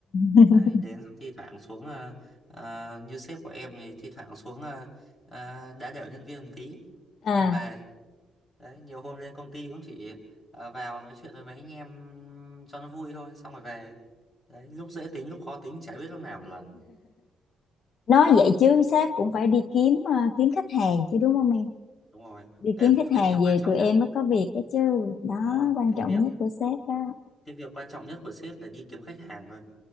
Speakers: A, on the left (about 60°); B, on the left (about 20°).
A: <laughs>
B: Đấy, đến xong thi thoảng xuống ờ, ờ, như sếp của em thì thi thoảng xuống ờ, ờ, đá đểu nhân viên một tí
A: à
B: xong đi về. Đấy, nhiều hôm lên công ty cũng chỉ ờ, vào nói chuyện với mấy anh em cho nó vui thôi, xong rồi về. Đấy, lúc dễ tính lúc khó tính chả biết lúc nào một lần.
A: nói vậy chứ
B: Đấy,
A: sếp cũng phải đi kiếm ờ, kiếm khách hàng chứ đúng không em
B: đúng rồi.
A: đi
B: Cái
A: kiếm khách
B: cái
A: hàng
B: việc
A: về
B: quan trọng
A: tụi
B: nhất
A: em mới có việc đó chứ đó
B: đúng rồi.
A: quan
B: cái
A: trọng
B: việc
A: nhất của sếp đó
B: cái việc quan trọng nhất của sếp là đi kiếm khách hàng thôi